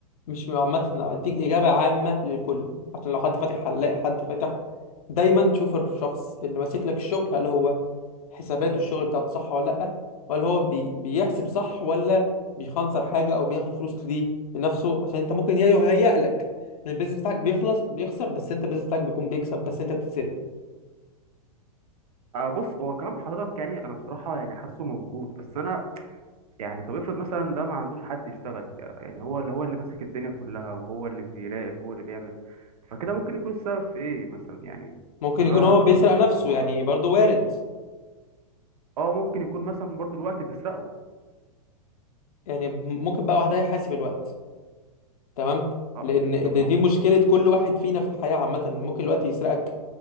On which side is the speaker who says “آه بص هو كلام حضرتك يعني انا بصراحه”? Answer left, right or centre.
Right